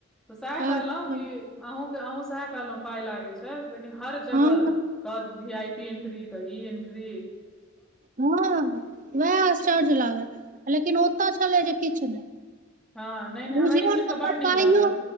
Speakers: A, in the centre; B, on the right.
A: तऽ सएह
B: अच्छा
A: कहलहुँ कि अहूँके अहूँ सएह कहलहुँ पाइ लागै छै लेकिन हर जगह
B: हँ
A: कहत भी आई पी एन्ट्री तऽ ई एन्ट्री
B: हँ वएह आश्चर्य लागल लेकिन ओतय छलै जे किछु नहि
A: हँ नहि नहि
B: बुझियौ
A: हमरा ई सुनि
B: ने
A: कऽ
B: ओता
A: बड नीक
B: पाइयो
A: लागल